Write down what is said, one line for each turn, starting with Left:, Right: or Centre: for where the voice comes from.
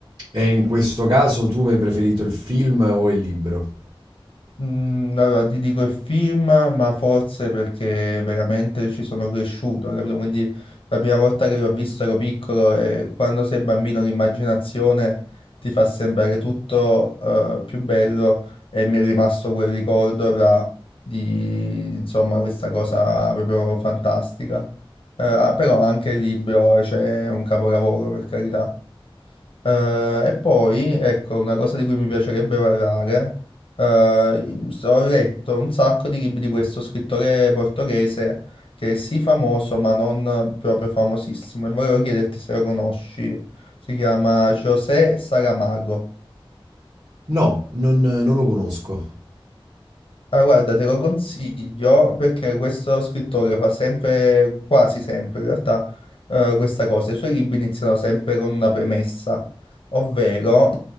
Right: E in questo caso tu hai preferito il film o il libro?
Left: Mm, Allora, ti dico il film, ma forse perché veramente ci sono cresciuto, capito? Quindi la prima volta che l'ho visto ero piccolo e quando sei bambino l'immaginazione ti fa sembrare tutto eh, più bello e mi è rimasto quel ricordo là di, insomma, questa cosa proprio fantastica. Eh, ah, però anche il libro, cioè, è un capolavoro, per carità. Eh, e poi, ecco, una cosa di cui mi piacerebbe parlare, eh, so- ho letto un sacco di libri di questo scrittore portoghese che è sì famoso, ma non proprio famosissimo, e volevo chiederti se lo conosci. Si chiama José Saramago.
Right: No, non, non lo conosco.
Left: Ah, guarda, te lo consiglio perché questo scrittore fa sempre, quasi sempre in realtà, eh, questa cosa. I suoi libri iniziano sempre con una premessa, ovvero